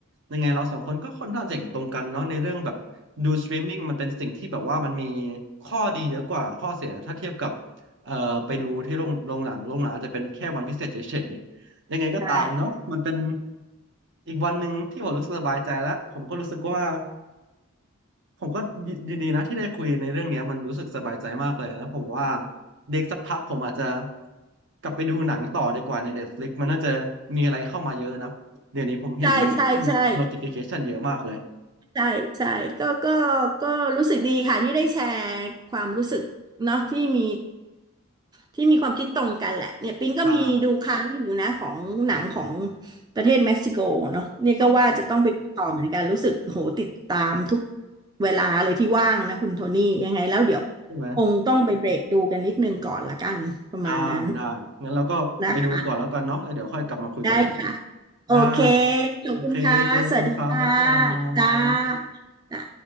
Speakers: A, on the right; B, on the right.
A: ยังไงเราสองคนก็ค่อนข้างเห็นตรงกันเนาะในเรื่องแบบดูสตรีมมิ่งมันเป็นสิ่งที่แบบว่ามันมีข้อดีเยอะกว่าข้อเสียถ้าเทียบกับเอ่อไปดูที่โรงโรงหนังโรงหนังอาจจะเป็นแค่วันพิเศษเฉยๆยังไงก็ตามเนาะมันเป็น
B: ใช่
A: อีกวันหนึ่งที่ผมรู้สึกสบายใจแล้วผมก็รู้สึกว่า ผมก็ยินดีนะที่ได้คุยในเรื่องเนี้ยมันรู้สึกสบายใจมากเลยแล้วผมว่าเด็กสักพักผมอาจจะกลับไปดูหนังต่อดีกว่าใน Netflix มันน่าจะมีอะไรเข้ามาเยอะนะเดี๋ยวนี้ผมเห็นมันขึ้น
B: ใช่ใช่ใช่
A: notification เยอะมากเลย
B: ใช่ใช่ก็ก็ก็รู้สึกดีค่ะที่ได้แชร์ความรู้สึกเนาะที่มีที่มีความคิดตรงกันแหละเนี่ยปิงก็มีดูค้างอยู่นะของหนังของ
A: ใช่
B: ประเทศเม็กซิโกเนาะเนี่ยก็ว่าจะต้องไปดูต่อเหมือนกันรู้สึกโหติดตามทุก
A: อืมอืม
B: เวลาเลยที่ว่างนะคุณโทนี่ยังไงแล้วเดี๋ยว
A: ใช่ไหม
B: คงต้องไปเบรกดูกันนิดนึงก่อนละกันประมาณนั้น
A: ได้ได้งั้นเราก็ไปดูกันก่อนแล้วกันเนาะแล้วเดี๋ยวค่อยกลับมาคุยกันใหม่
B: นะคะได้ค่ะโอเค
A: ได้
B: ขอบคุณค่ะสวัสดีค่ะ
A: โอเคเจอกันครับบ๊ายบา
B: จ้า
A: ย
B: จ้า